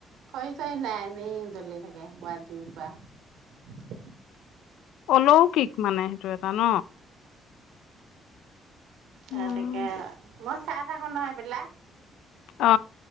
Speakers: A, on the right; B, on the left.
A: খৰি চৰি নাই এনেই জ্বলি থাকে কোৱা জুই কোৱা
B: অলৌকিক মানে সেইটো এটা ন
A: ত
B: উম
A: তাকে ম চাহ চাক নহয় পা
B: অ